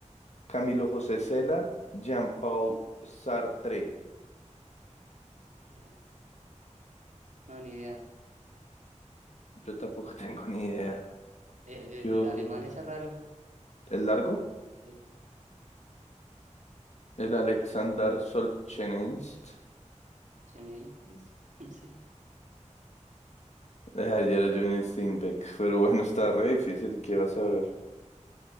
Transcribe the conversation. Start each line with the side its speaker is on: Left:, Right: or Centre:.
Left: Camilo José Cela, Jean-Paul Sartre.
Right: eh, no, ni idea.
Left: Yo tampoco <laughs> tengo ni idea.
Right: El, el
Left: Yo,
Right: alemán es raro.
Left: ¿el largo?
Right: eh,
Left: El Alexander Solzhenitsyn.
Right: Zeneidis, <laughs> Sí.
Left: Ah,
Right: Ah.
Left: ya era John Steinbeck, pero bueno, está re difícil. ¿Qué vas a ver?